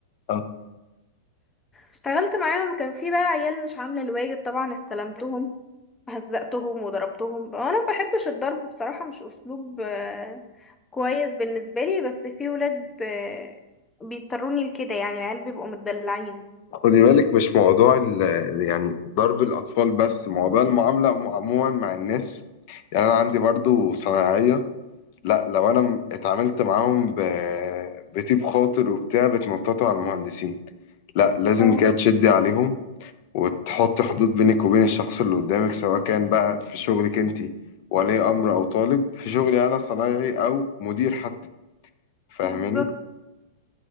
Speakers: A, on the left; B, on the left.
A: آه،
B: اشتغلت معاهم كان في بقى عيال مش عاملة الواجب طبعا استلمتهم هزقتهم وضربتهم انا ما بحبش الضرب بصراحة مش اسلوب آه، كويس بالنسبة لي بس في ولاد آه، بيضطروني لكده يعني العيال بيبقوا متدلعين
A: خدي بالك مش موضوع ال يعني ضرب الأطفال بس موضوع المعاملة عمو- عموما مع الناس يعني أنا عندي برضو صنايعية لا لو أنا م- اتعاملت معاهم ب- بطيب خاطر وبتاع بتنططوا على المهندسين لا لازم
B: اه
A: كده تشدي عليهم وتحط حدود بينك وبين الشخص اللي قدامك سواء كان بقى في شغلك انت ولي امر او طالب في شغلي انا صنايعي او مدير حتى فاهماني
B: بالظبط